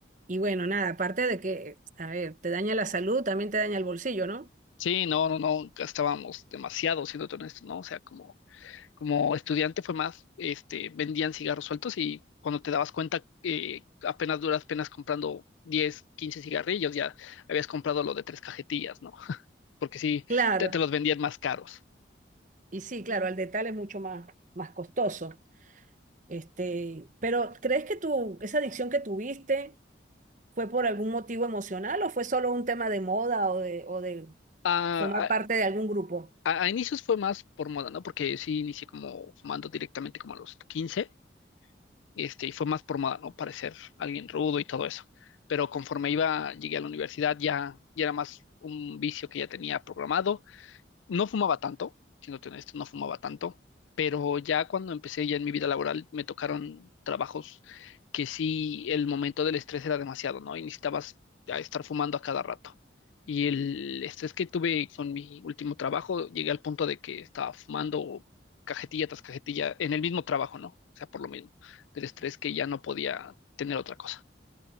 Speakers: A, on the right; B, on the left.
A: Y bueno, nada, aparte de que, a ver, te daña la salud, también te daña el bolsillo, ¿no?
B: Sí, no, no, no, gastábamos demasiado, siendo honesto, ¿no? O sea, como como estudiante fue más, este, vendían cigarros sueltos y cuando te dabas cuenta, eh, apenas duras penas comprando 10 15 cigarrillos, ya habías comprado lo de tres cajetillas, ¿no? Porque sí,
A: Claro.
B: te, te los vendían más caros.
A: Y sí, claro, al detalle es mucho más, más costoso. Este, pero ¿crees que tu, esa adicción que tuviste fue por algún motivo emocional o fue solo un tema de moda o de, o de
B: A,
A: formar parte
B: a-
A: de algún grupo?
B: a- inicios fue más por moda, ¿no? Porque sí inicié como fumando directamente como a los 15 este, y fue más por moda, ¿no? Parecer alguien rudo y todo eso. Pero conforme iba, llegué a la universidad, ya, ya era más un vicio que ya tenía programado no fumaba tanto, siéndote honesto, no fumaba tanto, pero ya cuando empecé ya en mi vida laboral me tocaron trabajos que sí el momento del estrés era demasiado, ¿no? Y necesitabas a estar fumando a cada rato. Y el estrés que tuve con mi último trabajo, llegué al punto de que estaba fumando cajetilla tras cajetilla en el mismo trabajo, ¿no? O sea, por lo mismo, del estrés que ya no podía tener otra cosa.